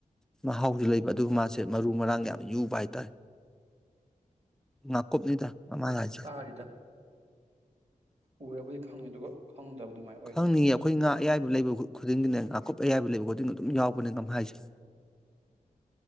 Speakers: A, in the centre; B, on the right.
A: ꯃꯍꯥꯎꯖꯨ ꯂꯩꯕ ꯑꯗꯨꯒ ꯃꯥꯁꯦ ꯃꯔꯨ ꯃꯔꯥꯡ ꯌꯥꯝ ꯌꯨꯕ ꯍꯥꯏꯇꯥꯔꯦ ꯉꯥꯀꯨꯞꯅꯤꯗ ꯃꯃꯥꯡꯉꯥꯏꯖ
B: ꯇꯥꯔꯤꯗ ꯎꯔꯕꯨꯗꯤ ꯈꯪꯅꯤ ꯑꯗꯨꯒ ꯈꯪꯗꯕ ꯑꯗꯨꯃꯥꯏꯅ ꯑꯣꯏ
A: ꯈꯪꯅꯤꯌꯦ ꯑꯩꯈꯣꯏ ꯉꯥ ꯑꯌꯥꯏꯕ ꯂꯩꯕ ꯈꯨꯗꯤꯡꯒꯤꯅꯦ ꯉꯥꯀꯨꯞ ꯑꯌꯥꯏꯕ ꯂꯩꯕ ꯈꯨꯗꯤꯡ ꯑꯗꯨꯝ ꯌꯥꯎꯕꯅꯦ ꯉꯝꯍꯥꯏꯁꯦ